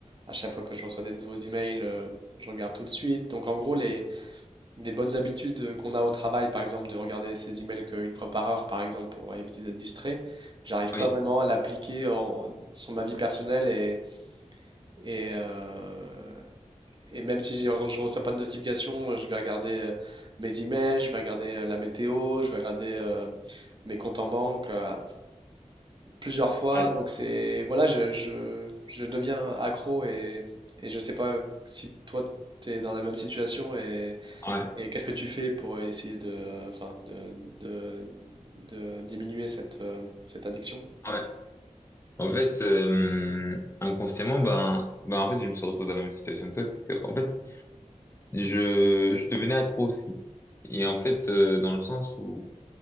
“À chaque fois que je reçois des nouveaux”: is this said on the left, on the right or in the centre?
Right